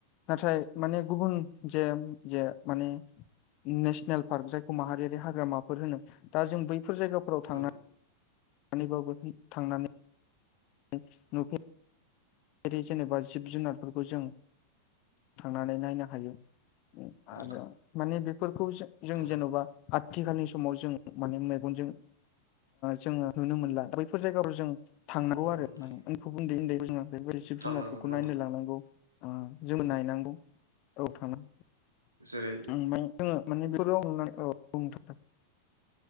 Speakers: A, on the left; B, on the right.
A: नाथाय माने गुबुन जे जे माने नेशनेल पार्क जायखौ माहारियारि हाग्रामाफोर होनो दा जों बैफोर जायगाफोराव थांना
B: उम
A: थांनानैबो थांनानै <unintelligible> जेरै जेनेबा जिब जुनारफोरखौ जों थांनानै नायनो हायो <unintelligible> आरो
B: नंगौ
A: माने बेफोरखौ जों
B: नंगौ
A: जेन'बा आथिखालनि समाव जों माने मेगनजों जोङो नुनो मोनला बेफोर जायगायाव जों थांनांगौ
B: नुनो
A: आरो
B: मोनला
A: माने उमफ उन्दै उन्दैबायदि <unintelligible> जिब
B: थांनांगौ
A: जुनारफोरखौ
B: नंगौ
A: नायनो लांनांगौ जोङो नायनांगौ औ थां <unintelligible> ओफ्राय
B: जेरै
A: आङो माने बे औ बुंथ <unintelligible>